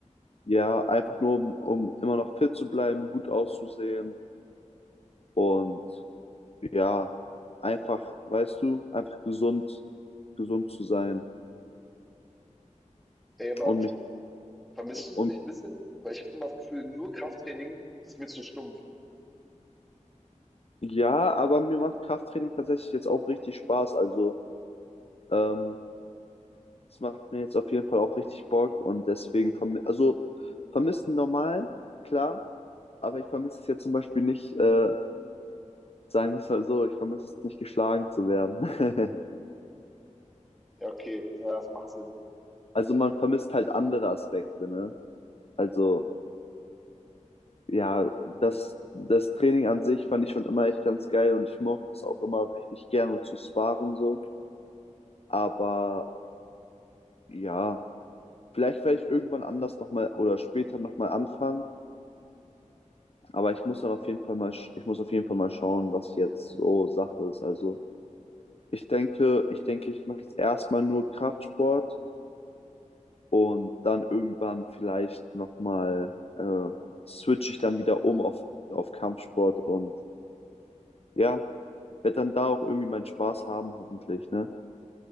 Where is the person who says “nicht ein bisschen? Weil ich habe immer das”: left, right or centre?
Centre